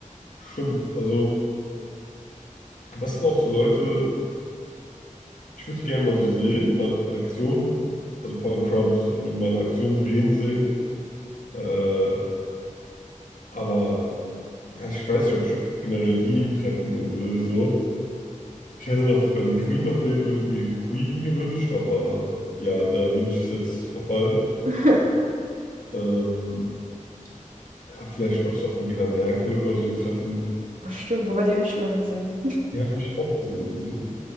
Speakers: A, on the left (about 75°); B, on the right (about 80°).
A: stimmt. Also, was sind auch so Leute, Ich würde die gerne mal so sehen, mal in Aktion, also vor allem Trump, so mal in Aktion reden sehen. Äh, aber ja, ich weiß nicht, ob ich generell die treffen nur will, so. Ich hätte noch, wenn die Queen noch leben würde, mir die Queen gewünscht, aber ja, der Wunsch ist jetzt verfallen.
B: <laughs> ich
A: Ähm, ja, vielleicht noch so Angela Merkel oder so treffen.
B: Ah, stimmt, wobei die habe ich schon mal gesehen.
A: Die habe ich auch gesehen. Sie,